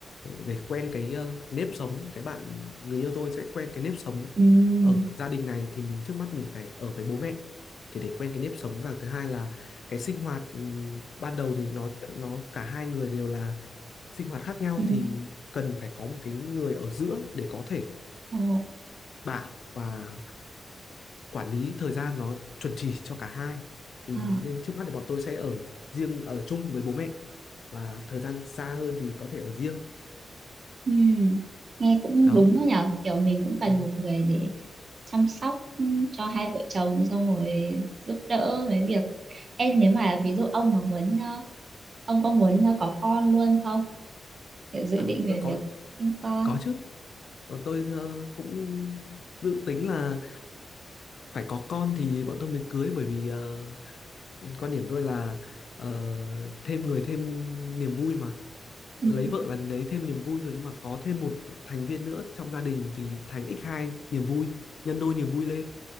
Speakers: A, on the left (about 65°); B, on the right (about 45°).
A: để quen cái ờ, nếp sống cái bạn người yêu tôi sẽ quen cái nếp sống
B: ừ,
A: ở gia đình này thì mình trước mắt mình phải ở với bố mẹ thì để quen cái nếp sống và thứ hai là cái sinh hoạt ừm, ban đầu thì nó nó cả hai người đều là sinh hoạt khác nhau
B: ừ.
A: thì cần phải có một cái người ở giữa để có thể
B: Ồ,
A: bảo và quản lý thời gian nó chuẩn chỉ cho cả hai thì
B: à,
A: nên trước mắt thì bọn tôi sẽ ở riêng ở chung với bố mẹ và thời gian xa hơn thì có thể ở riêng
B: ừ. Nghe cũng
A: đó
B: đúng đó nhở, kiểu mình cũng cần
A: Ừ.
B: một người để chăm sóc cho hai vợ chồng xong rồi giúp đỡ mấy việc em nếu mà ví dụ ông mà muốn ờ, ông có muốn ờ, có con luôn không kiểu dự
A: à,
B: định về
A: tôi có
B: việc sinh con
A: có chứ bọn tôi ờ, cũng dự tính là phải có con thì bọn tôi mới cưới bởi vì ờ, quan điểm tôi là ờ, thêm người thêm niềm vui mà
B: ừ.
A: lấy vợ là lấy thêm niềm vui rồi nhưng mà có thêm một thành viên nữa trong gia đình thì thành x hai niềm vui nhân đôi niềm vui lên